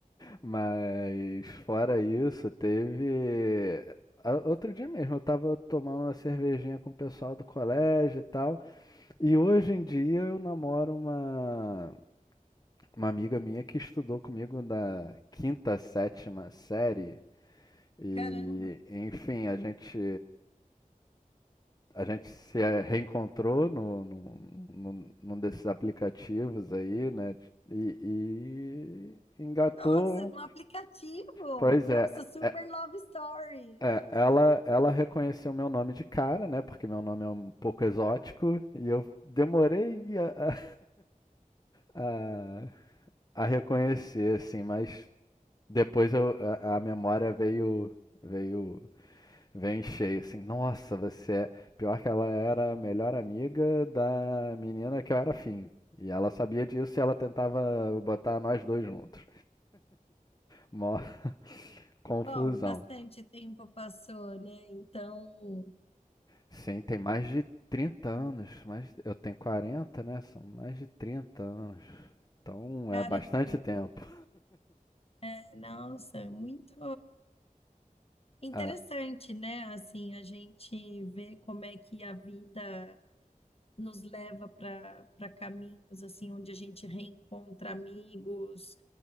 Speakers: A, on the left (about 30°); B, on the left (about 45°).
A: mas fora isso, teve. a- Outro dia mesmo, eu tava tomando uma cervejinha com o pessoal do colégio e tal. E hoje em dia eu namoro uma, uma amiga minha que estudou comigo da quinta, sétima série. E,
B: caramba,
A: enfim, a gente, a gente se reencontrou no, no, no- num desses aplicativos aí, né? E, e engatou.
B: nossa, no aplicativo,
A: Pois
B: nossa,
A: é,
B: super
A: é-
B: love story.
A: é, ela, ela reconheceu meu nome de cara, né? Porque meu nome é um pouco exótico. E eu demorei a, a- a a reconhecer, assim, mas depois eu, a, a memória veio, veio, veio em cheio, assim, nossa, você é... Pior que ela era a melhor amiga da menina que eu era afim. E ela sabia disso e ela tentava botar nós dois juntos. Mó <laughs>
B: Bom,
A: confusão.
B: bastante tempo passou, né? Então,
A: Sim, tem mais de 30 anos, mais, eu tenho 40, né? São mais de 30 anos. Então
B: caramba,
A: é bastante tempo.
B: é, nossa, muito interessante,
A: Ah,
B: né? Assim, a gente vê como é que a vida nos leva para para caminhos assim onde a gente reencontra amigos,